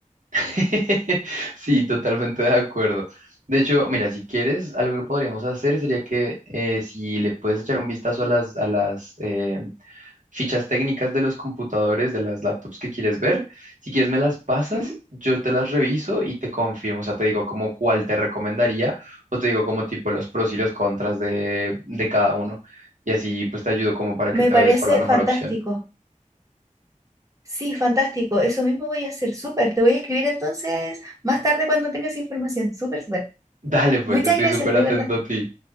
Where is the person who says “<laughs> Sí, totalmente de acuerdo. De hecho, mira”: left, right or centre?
Right